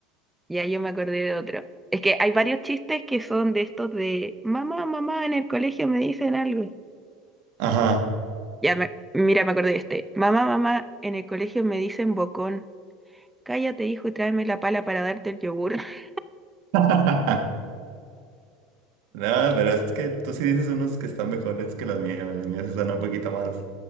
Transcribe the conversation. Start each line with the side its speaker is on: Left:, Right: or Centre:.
Centre: Ya yo me acordé de otro. Es que hay varios chistes que son de estos de mamá, mamá, en el colegio me dicen algo.
Right: Ajá.
Centre: Ya me, mira, me acordé de este. Mamá, mamá, en el colegio me dicen bocón. Cállate, hijo, y tráeme la pala para darte el yogur. <laughs>
Right: <laughs> No, pero es que tú sí dices unos que están mejores que los míos. Los míos sí están un poquito más,